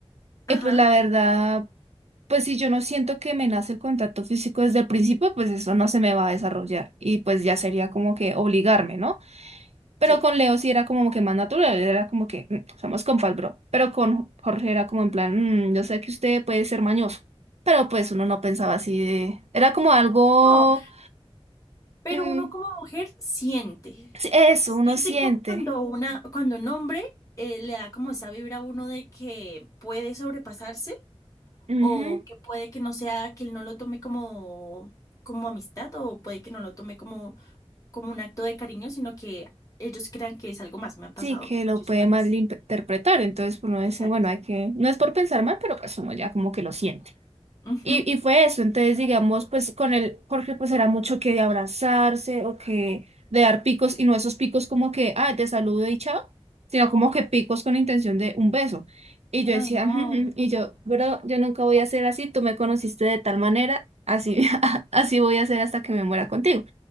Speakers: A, on the left (about 30°); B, on the right (about 85°).
A: Ajá,
B: Y pues la verdad, pues si yo no siento que me nace el contacto físico desde el principio, pues eso no se me va a desarrollar y pues ya sería como que obligarme, ¿no? Pero
A: sí.
B: con Leo sí era como que más natural, era como que "Mm, somos compas, bro. Pero con Jorge era como en plan, "Mm, yo sé que usted puede ser mañoso. Pero pues uno no pensaba así de... Era como algo...
A: No, pero
B: mm,
A: uno como mujer siente,
B: sí, eso,
A: siente
B: uno siente.
A: cu- cuando una, cuando un hombre eh, le da como esa vibra a uno de que puede sobrepasarse.
B: ujú,
A: o que puede que no sea, que él no lo tome como, como amistad o puede que no lo tome como, como un acto de cariño, sino que ellos crean que es algo más. Me ha pasado
B: Sí, que
A: muchísimas
B: lo puede malinterpretar.
A: veces.
B: Entonces pues, uno dice,
A: Exacto.
B: bueno, hay que... No es por pensar mal, pero pues uno ya como que lo siente.
A: Ujú.
B: Y, y fue eso, entonces digamos, pues con el Jorge pues era mucho que de abrazarse o que de dar picos y no esos picos como que, ah, te saludo y chao, sino como que picos con intención de un beso. Y yo
A: Ay,
B: decía,
A: no.
B: <laughs> "Ujú, ujú". y yo, bro, yo nunca voy a ser así, tú me conociste de tal manera, así, <laughs> así voy a ser hasta que me muera contigo.